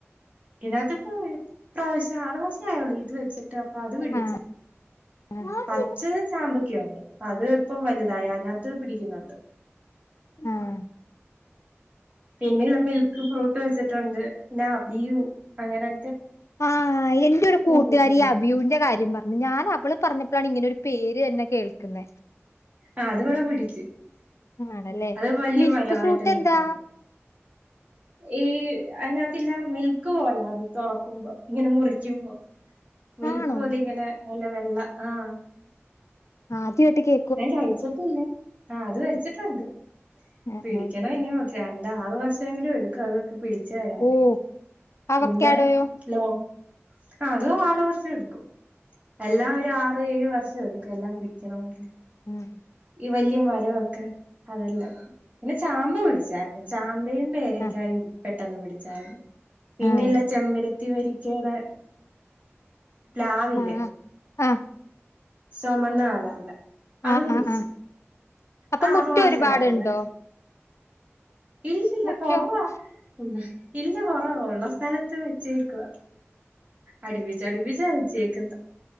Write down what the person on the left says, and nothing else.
ആഹ് <unintelligible>
ആഹ്
ആഹ് എന്റെ ഒരു കൂട്ടുകാരി
അഭിയൂന്റെ കാര്യം പറഞ്ഞു ഞാൻ അവള് പറഞ്ഞപ്പോഴാണ് ഇങ്ങനെ ഒരു പേര് തെന്നെ കേൾക്കുന്ന
ആണല്ലേ
മിൽക്ക്
ഫ്രൂട്ട്
എന്താ
ആണോ
ആദ്യമായിട്ട് കേ
ആഹ്
ഓ അവക്കാടോയോ
ആഹ്
ആഹ്
ആഹ് ആഹ്
ആഹ് ആഹ്
ആഹ്
ആഹ് ആഹ് അപ്പൊ
മുറ്റം ഒരുപാടുണ്ടോ
മുറ്റൊക്കെ